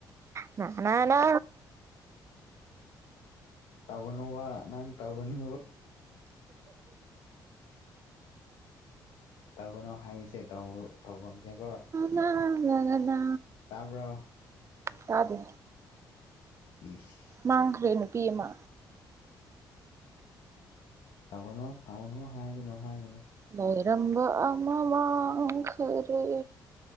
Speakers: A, on the right; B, on the left.
A: ꯅꯥ ꯅꯥ ꯅꯥ
B: ꯇꯧꯒꯅꯣꯕ ꯅꯪ ꯇꯧꯒꯅꯨ ꯇꯧꯒꯅꯣ ꯍꯥꯏꯔꯤꯁꯦ ꯇꯧ ꯇꯧꯒꯨꯝꯁꯦꯀꯣ
A: ꯅꯅꯥ ꯅꯥ ꯅꯥ ꯅꯥ
B: ꯇꯥꯕ꯭ꯔꯣ
A: ꯇꯥꯗꯦ
B: ꯏꯁ
A: ꯃꯥꯡꯈ꯭ꯔꯦ ꯅꯨꯄꯤ ꯑꯃ
B: ꯇꯧꯒꯅꯣ ꯇꯧꯒꯅꯣ ꯍꯥꯏꯒꯅꯨ ꯍꯥꯏꯒꯅꯨ
A: ꯂꯩꯔꯝꯕ ꯑꯃ ꯃꯥꯡꯈꯔꯦ